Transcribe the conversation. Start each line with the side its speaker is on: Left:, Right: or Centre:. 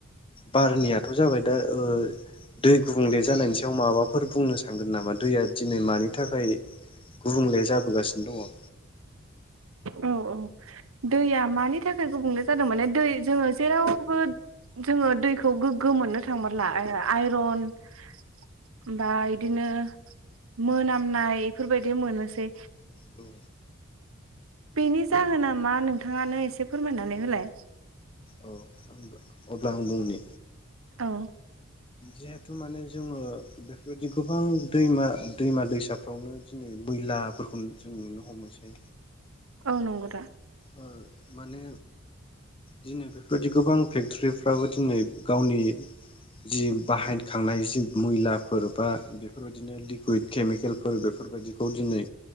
Left: बारनिया थ' जाबाय दा ओ दै गुबुंले जानायनि सायाव माबाफोर बुंनो सानगोन नामा दैया दिनै मानि थाखाय गुबुंले जाबोगासिनो दङ?
Right: औ औ दैया मानि थाखाय गुबुंले जादों माने दै जोङो जेरावबो जोङो दैखौ गोग्गो मोननो थांमारला आइ-आइरन ओमफाय बिदिनो मोनामनाय इफोरबायदि मोनोसै।
Left: दङ
Right: बेनि जाहोना मा? नोंथाङानो एसे फोरमायनानै होलाय।
Left: औ आं अब्ला आं बुंनि
Right: औ।
Left: जिहेथु माने जोङो बेफोरबायदि गोबां दैमा दैमा दैमा दैसाफ्रावनो दिनै मैलाफोरखौ जों नुनो हमोसै
Right: औ नंगौदा।
Left: ओ माने दिनै बेफोरबायदि गोबां फेक्टरिफ्राबो दिनै गावनि जि बाहायखांनाय जि मैलाफोर बा बेफोरबायदिनो लिकुइड केमिकेलफोर बे फोरबायदिखौ दिनै